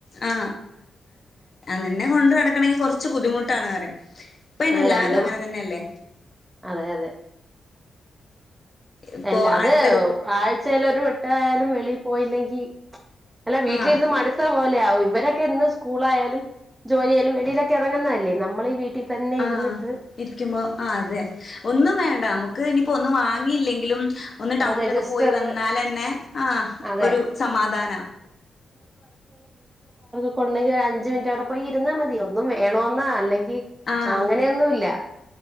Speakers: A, on the left; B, on the right.
A: ആ നിന്നെ കൊണ്ട് നടക്കണമെങ്കി കൊറ ച്ചു ബുദ്ധിമുട്ടാണ് പറിം ഇപ്പന്നെ
B: ആഹ്
A: എല്ലാരും
B: രണ്ടും
A: അങ്ങനെ തന്നെയല്ലേ
B: അതെ അതെ
A: ഇപ്പൊ
B: അല്ല അത്
A: അടുത്തടു
B: ആഴ്ചയിൽ ഒരു വട്ടായാലും വെളി പോയില്ലെങ്കി അല്ല വീട്ടിലിരുന്ന്
A: ആഹ്
B: മടുത്ത പോ ലാവും ഇവരൊക്കെ എന്നും സ്കൂളായാലും ജോലിയായാലും വെളിയിലൊക്കേ എറങ്ങുന്നതല്ലേ നമ്മള് ഈ വീട്ടിൽ തന്നെ
A: ആ
B: ഇരുന്നിട്ട്
A: ഇരിക്കുമ്പോ ആ അതെ ഒന്നും വേ ണ്ട നമുക്ക് ഇനിയിപ്പോ ഒന്നും വാങ്ങിയില്ലെങ്കിലും ഒന്ന് ടൗണിലൊക്കെ
B: അതെ ജസ്റ്റ്
A: പോയി
B: ഒന്ന്
A: വന്നാലന്നെ ആ
B: അതെ
A: ഒരു സമാധാനാ
B: ക്കൊണ്ടെങ്കിൽ ഒരു അഞ്ച് മിനിറ്റ് റ്റവിടെ പോയി ഇരുന്നാ മതി ഒന്നും വേണോന്ന അല്ലെങ്കി
A: ആഹ്
B: ൽ അങ്ങനെയൊന്നും ഇല്ല